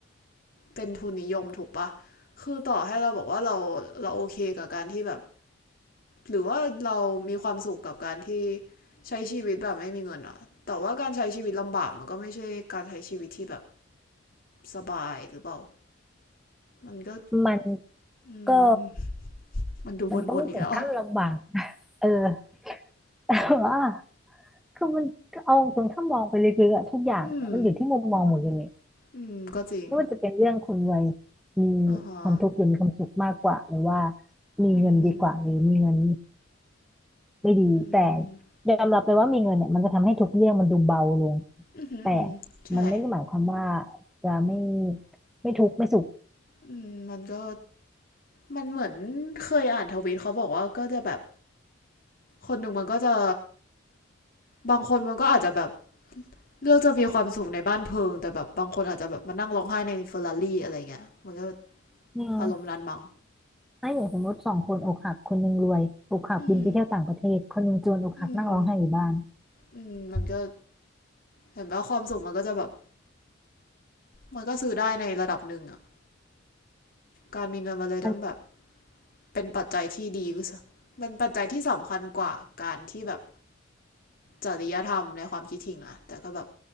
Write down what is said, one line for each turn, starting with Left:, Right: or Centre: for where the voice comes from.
Left: เป็นทุนนิยมถูกปะคือต่อให้เราบอกว่าเราเราโอเคกับการที่แบบหรือว่าเรามีความสุขกับการที่ใช้ชีวิตแบบไม่มีเงินอะแต่ว่าการใช้ชีวิตลำบากมันก็ไม่ใช่การใช้ชีวิตที่แบบสบายหรือเปล่ามันก็
Centre: มัน
Left: อืม
Centre: ก็
Left: มันดูวนๆอีกแล้วอ
Centre: มันก็ไม่ถึงขั้นลำบากนะเออ <laughs> แต่ว่าคือมันเอาตรงถ้ามองไปลึกๆอะทุกอย่างมันอยู่ที่มุมมองหมดเลย
Left: อืมอืมก็จริง
Centre: ไม่ว่าจะเป็นเรื่องคนรวยมี
Left: อ่าฮะ
Centre: ความทุกข์หรือมีความสุขมากกว่าหรือว่ามีเงินดีกว่าหรือมีเงิน
Left: อืม
Centre: ไม่ดีแต่
Left: อืม
Centre: ยอมรับไปว่ามีเงินเนี่ยมันจะทำให้ทุกเรื่องมันดูเบาลง
Left: อือหืออือหือใช่
Centre: แต่มันไม่ได้หมายความว่าจะไม่ไม่ทุกข์ไม่สุข
Left: อืมมันก็มันเหมือนเคยอ่านทวีตเขาบอกว่าก็จะแบบ คนหนึ่งมันก็จะ บางคนมันก็อาจจะแบบเลือกจะมีความสุขในบ้านเพลิงแต่แบบบางคนอาจจะแบบมานั่งร้องไห้ในเฟอร์รารี่อะไรเงี้ยมันก็
Centre: อืม
Left: อารมณ์นั้นมั้ง
Centre: ถ้าอย่างสมมติสองคนอกหักคนหนึ่งรวยอกหักบินไปเที่ยวต่างประเทศคนหนึ่งจนอกหักนั่งร้องไห้อยู่บ้าน
Left: อืมอืมอืมมันก็เห็นว่าความสุขมันก็จะแบบมันก็ซื้อได้ในระดับหนึ่งอะการมีเงินมาเลยแต่มันแบบ
Centre: มัน
Left: เป็นปัจจัยที่ดีก็สมันปัจจัยที่สำคัญกว่าการที่แบบจริยธรรมในความคิดถิงนะแต่ก็แบบ